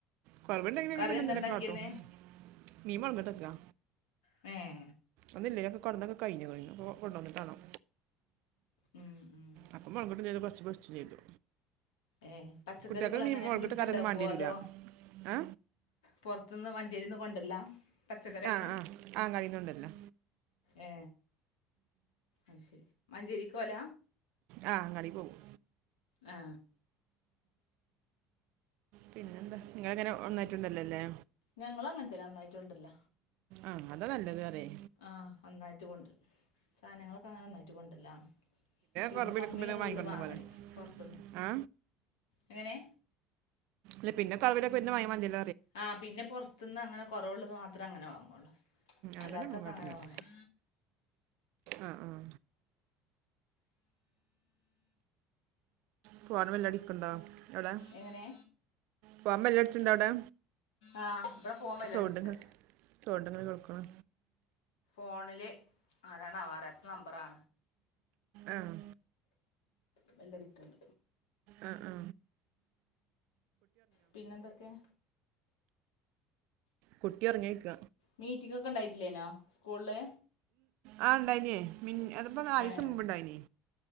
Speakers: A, on the right; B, on the left.
A: കൊറവണ്ടെങ്കന
B: കറി
A: പിന്നെന്തിനൊക്കെകാട്ടും
B: എന്താ ഉണ്ടാക്കിയന്ന്
A: നീ വളങ്ങിട്ടക്കാ
B: മഏ
A: അന്നില്ലേ ഞക്ക് കൊണ്ടുവന്ന ഓകഴിഞ്ഞു കഴിഞ്ഞു അപ്പ കൊവിണ്ട വന്നിട്ട് വേണം
B: ഉം ഉം
A: അപ്പൊ മങ്ങോട്ടും ചെയ്തു പച്ച് പ ചെയ്തു
B: ഏഹ പച്ചക്കറികൾ
A: കുട്ടികൾക്ക്
B: അങ്ങനെ
A: മീൻ മുളകിട്ട്
B: വീട്ടിലുണ്ടാക്കുവോ
A: കറിയൊന്നും വേണ്ടി വരില്ല
B: അതോ
A: ആ
B: പുറത്തന്ന്..... ഞ്ചേരിന്ന് കൊണ്ടര്ല്ല പച്ചക്കറിക്കെ
A: ആ ആ ആങ്ങാടിയിൽ നിന്നുണ്ടല്ലോ
B: ഏ അശരി മഞ്ചേരിക്കോല
A: ആ ആങ്ങാടി പോകും
B: ആ.....
A: പിന്നെന്താ നിങ്ങളങ്ങനെ ഒന്നായിട്ടുണ്ടല്ലോല്ലേ......
B: ഞങ്ങള് അങ്ങനത്തെ നന്നായിട്ടുണ്ടല്ല.
A: ആഹ് അത നല്ലത് റയെ
B: ആ നന്നായിട്ട് കൊണ്ട്രും സാധനങ്ങളൊക്കെ ഒന്നായിട്ട് കൊണ്ടര്ല്ലണ്. പിന്നെ
A: കുറവിലൊക്കെ
B: കമ്മില്ലത്
A: വാങ്ങിക്കൊടുന്ന
B: ഒള്ളൂ വാങ്ങല്
A: പോലെ
B: പൊറത്തുന്ന്
A: ആ
B: എങ്ങനെ.
A: ല്ല പിന്നെക്കവര് പിന്നെ വാങ്ങി മതില്ലോ
B: ആ പിന്നെ പൊർത്തുനിന്ന് അങ്ങനെ കൊറവുള്ളത് മാത്രേ അങ്ങനെ വാങ്ങോള്ളൂ
A: അതല്ല
B: അല്ലാത്തൊക്കെ
A: കാട്ടണം
B: അങ്ങനെ വാങ്ങും.
A: ആ ആഹ് ഫോൺ വെല്ലടിക്ക്ണ്ടോ എവിടെ
B: എങ്ങനെ
A: ഫോൻ ബെല്ലട്ച്ച്ണ്ടോ അവിടെ
B: ആഹ് ഇവിടെ ഫോൺ ബെല്ലടിച്ചിണ്ട്
A: സൗണ്ട്ങ്ങ് സൗണ്ട്ങ്ങനെ കേൾക്ക്ണ്
B: ഫോണിൽ ആരാണവോ അറിയാത്ത നമ്പറാ
A: ആഹ്
B: ബെല്ലടിക്ക്ണ്ട്
A: ആ ആ
B: പിന്നെന്തൊക്കെ.
A: കുട്ടി ഉറങ്ങിയോയ്ക്ക
B: മീറ്റിംഗ് ഒക്കെ ഉണ്ടായിട്ടില്ലേനോ സ്കൂളില്.
A: ആ ഇണ്ടായിനേ മി അതിപ്പോ നാലിസ
B: ഏഹ്
A: മുമ്പേ ഇണ്ടായിനെ